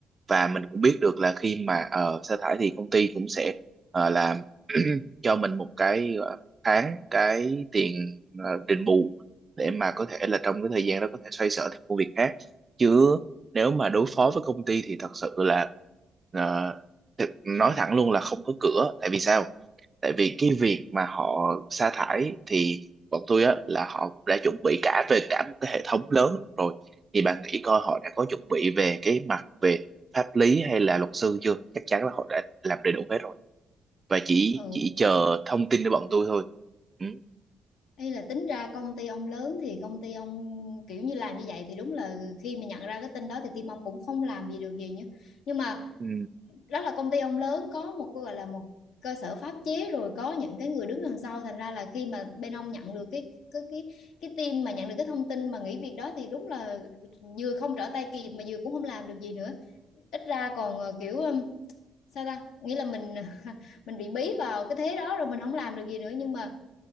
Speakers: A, on the right; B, on the left.
A: và mình cũng biết được là khi mà ờ, sa thải thì công ty cũng sẽ ờ, làm <clears throat> cho mình một cái ờ, tháng cái tiền ờ, đền bù để mà có thể là trong cái thời gian đó có thể xoay sở thêm công việc khác chứ nếu mà đối phó với công ty thì thật sự là ờ, thực- nói thẳng luôn là không có cửa tại vì sao tại vì cái việc mà họ sa thải thì bọn tôi á là họ cũng đã chuẩn bị cả về cả một cái hệ thống lớn rồi thì bạn nghĩ coi họ đã có chuẩn bị về cái mặt về pháp lý hay là luật sư chưa chắc chắn là họ đã làm đầy đủ hết rồi và chỉ
B: ừ
A: chỉ chờ thông tin của bọn tôi thôi ừ.
B: Ý là tính ra công ty ông lớn thì công ty ông kiểu như làm như vậy thì đúng là khi mà nhận ra cái tin đó thì team ông cũng không làm gì được gì nhá, nhưng mà
A: Ừ.
B: đó là công ty ông lớn có một cái gọi là một cơ sở pháp chế rồi có những cái người đứng đằng sau thành ra là khi mà bên ông nhận được cái cái cái cái team mà nhận được cái thông tin mà nghỉ việc đó thì đúng là vừa không trở tay kịp mà vừa cũng không làm được gì nữa ít ra còn ờ, kiểu sao ta nghĩa là mình <laughs> mình bị bí vào cái thế đó rồi mình không làm được gì nữa nhưng mà